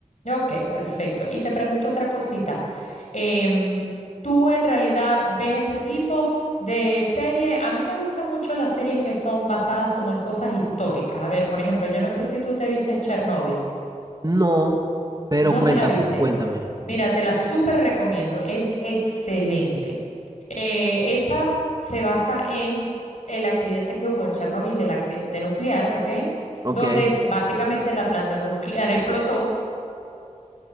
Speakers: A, on the left (about 60°); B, on the right (about 30°).
A: Ok, perfecto. Y te pregunto otra cosita. Em, ¿tú en realidad ves ese tipo de serie? A mí me gustan mucho las series que son basadas como en cosas históricas. A ver, por ejemplo, yo no sé si tú te viste Chernobyl.
B: No, pero
A: No
B: cuéntame,
A: te la viste.
B: cuéntame.
A: Mira, te la súper recomiendo, es excelente. Eh, esa se basa en el accidente que hubo en Chernobyl, el accidente nuclear, ¿ok?
B: Ok.
A: Donde básicamente la planta nuclear <laughs> explotó